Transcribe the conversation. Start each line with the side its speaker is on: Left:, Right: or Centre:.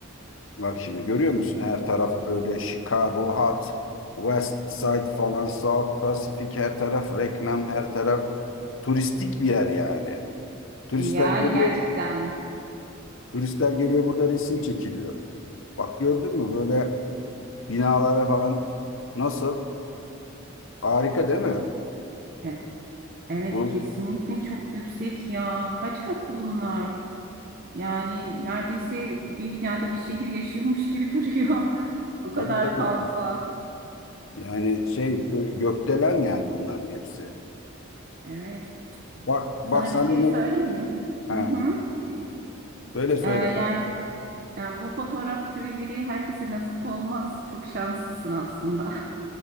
Left: Bak şimdi görüyor musun? Her taraf böyle Chicago Hot, West Side falan, South Pacific her taraf reklam, her taraf turistik bir yer yani. Turistler
Right: Yani
Left: geliyor,
Right: gerçekten.
Left: turistler geliyor burada resim çekiliyor. Bak gördün mü böyle Binalara falan nasıl? Harika değil mi?
Right: E- Evet
Left: Bu
Right: kesinlikle çok yüksek ya. Kaç katlı bunlar? Yani neredeyse bir binada bir şehir yaşıyormuş gibi <laughs> duruyor. O kadar
Left: tabii tabii.
Right: fazla.
Left: Yani şey gö gökdelen yani bunların hepsi.
Right: Evet.
Left: Bak
Right: Sana
Left: bak sana
Right: bir şey
Left: ne?
Right: söyleyeyim mi?
Left: Ha,
Right: Hı hı. Bir-
Left: söyle söyle.
Right: E, yani e, bu fotoğraf kareleri herkese nasip olmaz. Çok şanslısın aslında.